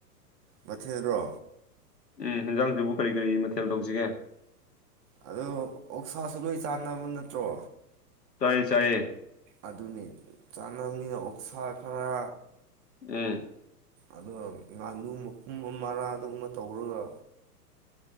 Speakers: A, on the right; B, on the left.
A: ꯃꯊꯦꯜꯔꯣ
B: ꯎꯝ ꯍꯤꯟꯖꯥꯡꯁꯤꯕꯨ ꯀꯔꯤ ꯀꯔꯤ ꯃꯊꯦꯜ ꯇꯧꯁꯤꯒꯦ
A: ꯑꯗꯣ ꯑꯣꯛꯁꯥꯁꯨ ꯂꯣꯏ ꯆꯥꯟꯅꯕ ꯅꯠꯇ꯭ꯔꯣ
B: ꯇꯥꯏꯌꯦ ꯆꯥꯏꯌꯦ
A: ꯑꯗꯨꯅꯦ ꯆꯥꯅꯕꯅꯤꯅ ꯑꯣꯛꯁꯥ ꯈꯔ
B: ꯑꯝ
A: ꯑꯗꯨꯒ ꯉꯥꯗꯨ ꯃ ꯀꯨꯝꯕ ꯃꯔꯥ ꯑꯗꯨꯒꯨꯝꯕ ꯇꯧꯔꯒ